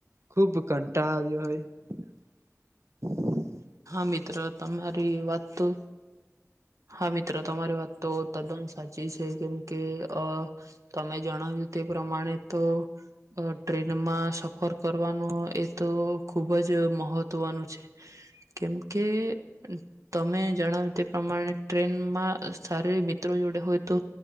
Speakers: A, on the right (about 60°); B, on the right (about 80°).
A: ખુબ કંટાળ આવ્યો હોય. <inaudible>
B: હ મિત્ર તમારી વાત તો... હા મિત્ર તમારી વાત તો તદ્દન સાચી છે, કેમ કે અ તમે જણાવ્યું તે પ્રમાણે તો ટ્રેનમાં સફર કરવાનો એ તો ખુબ જ મહત્વનું છે, કેમ કે તમે જણાવ્યું તે પ્રમાણે... ટ્રેનમાં સારી મિત્રો જોડે હોય તો